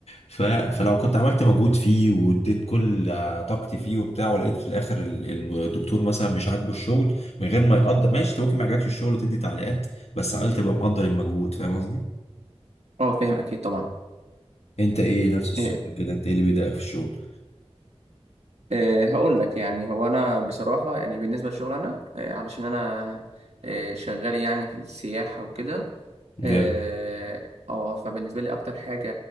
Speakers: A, on the left (about 75°); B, on the right (about 85°).
A: ف... فلو كنت عملت مجهود فيه واديت كل آه، طاقتي فيه وبتاع ولقيت في الاخر ال- الم- الدكتور مثلا مش عاجبه الشغل من غير ما يقدر ماشي انت ممكن ما يعجبكش الشغل وتدي تعليقات بس على الأقل تبقى مقدر المجهود فاهم قصدي
B: اه فاهم اكيد طبعا
A: انت ايه نفس السؤال
B: إيه
A: كده انت ايه اللي بيضايقك في الشغل
B: إيه هقول لك يعني هو انا بصراحه يعني بالنسبه للشغل انا إيه علشان انا إيه شغال يعني في السياحه وكده
A: جامد
B: اه آه، فبالنسبه لي اكتر حاجه